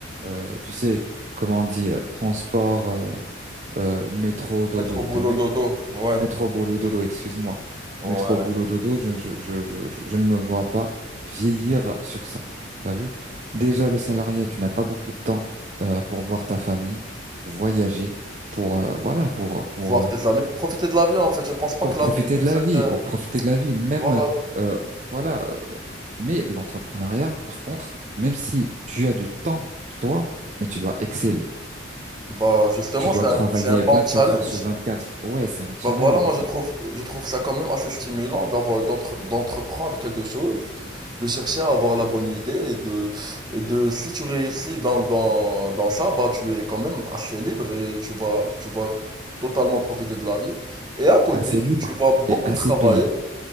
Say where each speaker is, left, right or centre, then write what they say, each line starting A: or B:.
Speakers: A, on the right (about 40°); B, on the right (about 20°).
A: Euh, tu sais, comment on dit, euh, transport, euh, euh, métro, dodo.
B: Être au boulot
A: T'as vu?
B: dodo, ouais.
A: Métro
B: Être
A: boulot
B: au boulot
A: dodo,
B: dodo.
A: excuse-moi.
B: Ouais
A: Métro boulot dodo, je, je, je, je, je- je ne me vois pas vieillir sur ça. T'as vu? Déjà, le salarié, tu n'as pas beaucoup de temps euh, pour voir ta famille, pour voyager, pour euh, voilà, pour pour
B: voir
A: euh,
B: tes amis pour profiter de la vie en fait. Je pense pas
A: pour
B: que
A: profiter
B: la vie est
A: de la
B: faite.
A: vie,
B: euh,
A: pour profiter de la vie. Même
B: voilà,
A: euh, voilà. euh, mais l'entrepreneuriat, par contre, même si tu as du temps pour toi, mais tu dois exceller.
B: Bah justement
A: Tu dois
B: c'est
A: travailler
B: un, c'est un bon
A: 24
B: challenge.
A: heures sur 24. Ouais, c'est un challenge
B: Bah voilà, moi
A: en fait.
B: je trouve je trouve ça quand même assez stimulant d'avoir d'entre- d'entreprendre quelque chose, de chercher à avoir la bonne idée et de et de si tu réussis dans, dans, dans ça, bah tu es quand même assez libre et tu vas tu vas totalement profiter de la vie. Et à côté,
A: Assez
B: tu,
A: libre
B: tu vas beaucoup
A: et assez
B: travailler.
A: payé.